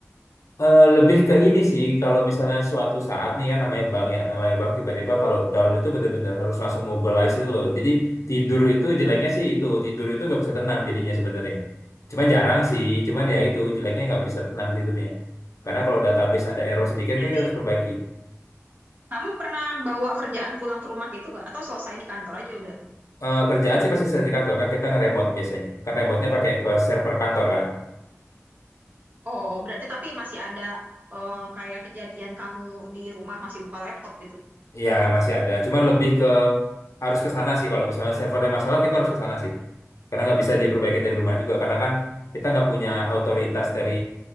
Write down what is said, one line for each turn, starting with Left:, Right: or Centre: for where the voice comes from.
Left: Eh, lebih ke ini sih kalau misalnya suatu saat nih kan namanya bank ya, namanya bank tiba-tiba kalau down itu benar-benar harus langsung mobilize itu loh. Jadi tidur itu jeleknya sih itu tidur itu nggak bisa tenang jadinya sebenarnya. Cuman jarang sih, cuman ya itu jeleknya nggak bisa tenang tidurnya. Karena kalau database ada error sedikit
Right: tapi berarti
Left: kan kita harus perbaiki.
Right: kamu pernah bawa kerjaan pulang ke rumah gitu nggak? Atau selesai di kantor aja udah?
Left: Eh, kerjaan sih pasti saya di kantor kan kita nge-remote biasanya. Kan remote-nya pakai ke server kantor kan.
Right: Oh berarti tapi masih ada eh, kayak kejadian kamu di rumah masih buka laptop gitu?
Left: Ya masih ada, cuman lebih ke harus ke sana sih kalau misalnya servernya masalah kita harus ke sana sih. Karena nggak bisa diperbaikin dari rumah juga karena kan kita nggak punya otoritas dari